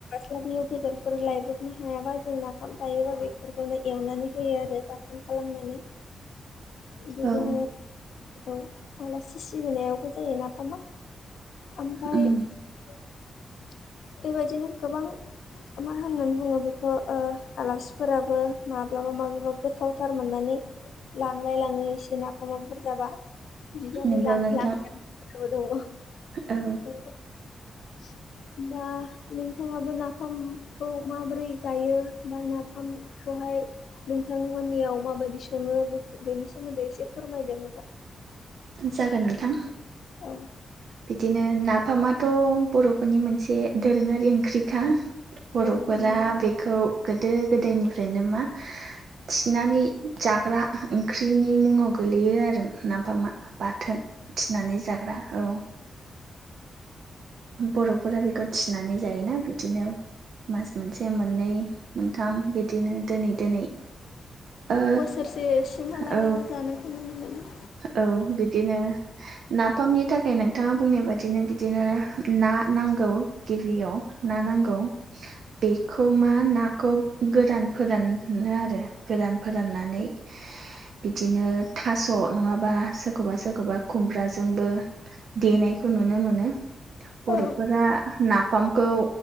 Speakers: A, on the left; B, on the right.
A: <unintelligible> लियाव बेदरफोर लायब्रबनो हायाबा जों नाफाम थायोबा बेफोरखौनो एवनानै होयो आरो बा बाथोन खालामनानै बिदिनो
B: औ
A: औ आलासि सिबिनायावबो जोंनि नाफामा ओमफाय
B: उम
A: बेबायदिनो गोबां मा होननानै बुङो बेखौ ओ आलासिफोराबो माब्लाबा माब्लाबा गोथावथार मोननानै लांलाय लाङो एसे नाफामा बुरजाबा <unintelligible>
B: नंगौ नोंथां औ
A: <inaudible> दा नोंथाङाबो नाफामखौ माबोरै जायो बा नाफाम खौहाय नोंथांमोननियाव माबायदि सङो बे बेनि सोमोन्दै एसे फोरमायदो नोंथां
B: जागोन नोंथां
A: औ
B: बिदिनो ना नाफामाथ' बर'फोरनि मोनसे दोरोङारि ओंख्रिखा बर'फोरा
A: औ नंगौ
B: बे खौ गोदो गोदायनिफ्रायनो मा थिनानै जाग्रा ओंख्रिनि मुङाव गोलैयो आरो नाफामा बाथोन थिनानै जाग्रा औ बर'फोरा बेखौ थिनानै जायोना बिदिनो मास मोनसे मोननै मोनथाम बिदिनो दोनै दोनै ओ
A: बोसोरसे सिमहालागैबो
B: औ
A: जानायखौ नुनो मोनो
B: औ बिदिनो नाफामनि थाखाय नोंथाङा बुंनाय बादिनो बिदिनो ना नांगौ गिबियाव ना नांगौ बेखौ मा नाखौ गोरान फोरानो आरो गोदान फोराननानै बिदिनो थास' नङाबा सोरखौबा सोरखौबा खुमब्राजोंबो देनायखौ नुनो मोनो बर'फोरा
A: औ
B: नाफाम खौ